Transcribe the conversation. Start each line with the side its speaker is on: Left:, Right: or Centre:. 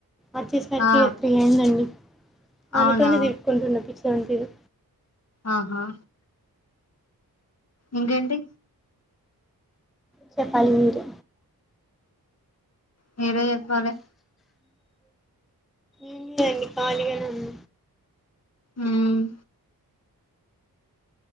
Centre: వచ్చేసరికి
Left: ఆ
Centre: ఇగా త్రీ అయిందండి
Left: అవునా
Centre: ఆమెతోనే తిప్పుకుంటున పిచ్చి దాని తీరు
Left: ఆహా ఇంకేంటి
Centre: చెప్పాలి మీరే
Left: మీరే జేప్పాలే
Centre: ఏం లేదండి ఖాళీగానే ఉన్న
Left: ఉమ్మ్